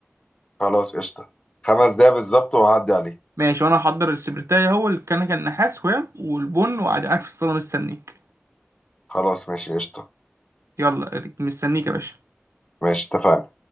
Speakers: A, on the left; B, on the right.
A: خلاص قشطة خمس دقايق بالظبط وهعدي عليه
B: ماشي وانا هحضر السبرتاية هو الكنكة النحاس وهي والبن وقاعد قاعد في الصالة مستنيك
A: خلاص ماشي قشطة
B: يلا مستنيك يا باشا
A: ماشي اتفقنا